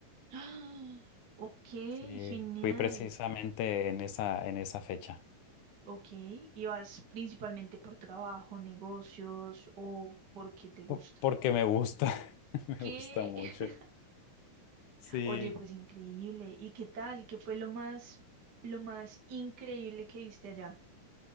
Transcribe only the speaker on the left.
Sí,
fui precisamente en esa, en esa fecha,
po- porque me gusta, <laughs> me
gusta mucho.
Sí.